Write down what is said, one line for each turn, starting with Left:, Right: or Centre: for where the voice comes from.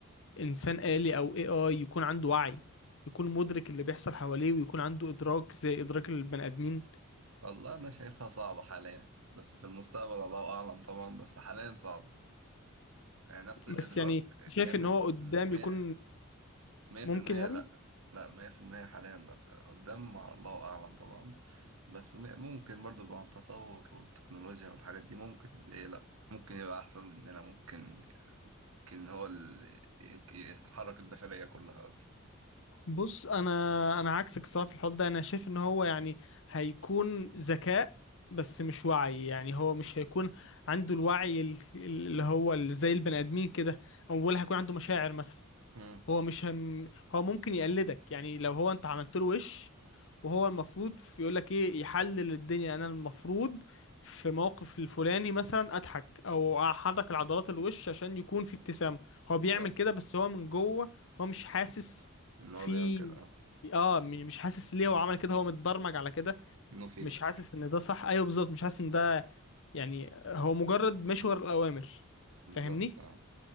Left: انسان آلي او AI يكون عنده وعي يكون مدرك اللي بيحصل حواليه ويكون عنده ادراك زي ادراك البني ادمين
Right: والله أنا شايفها صعبة حاليا بس في المستقبل الله أعلم طبعا بس حاليا صعبة يعني نفس الإدراك
Left: بس يعني شايف
Right: كامل
Left: ان هو قدام
Right: م- مية
Left: يكون
Right: مية
Left: ممكن
Right: في المية
Left: يعني
Right: لأ لأ مية في المية حاليا لأ قدام على الله أعلم طبعا بس م- ممكن برضو يبقى عن التطور والتكنولوجيا والحاجات دي ممكن ليه لأ ممكن يبقى أحسن مننا ممكن يمكن هو اللي يتحرك البشرية كلها أصلا
Left: بص انا انا عكسك الصراحه في الحوار ده انا شايف ان هو يعني هيكون ذكاء بس مش وعي يعني هو مش هيكون عنده الوعي ال- اللي هو ال- زي البني ادمين كده أو ولا هيكون عنده مشاعر مثلا
Right: مم.
Left: هو مش هم هو ممكن يقلدك يعني لو هو انت عملت له وش وهو المفروض يقول لك ايه يحلل الدنيا انا المفروض في موقف الفلاني مثلا اضحك او احرك العضلات الوش عشان يكون في ابتسامة هو
Right: بالظبط
Left: بيعمل كده بس هو من جوه هو مش حاسس
Right: إن
Left: في
Right: هو بيعمل كده أه
Left: اه م- مش حاسس ليه هو عمل كده هو متبرمج على كده
Right: نو فيلينج
Left: مش حاسس ان ده صح ايوه بالظبط مش حاسس ان ده يعني هو مجرد مشور الاوامر
Right: بالظبط
Left: فاهمني
Right: اه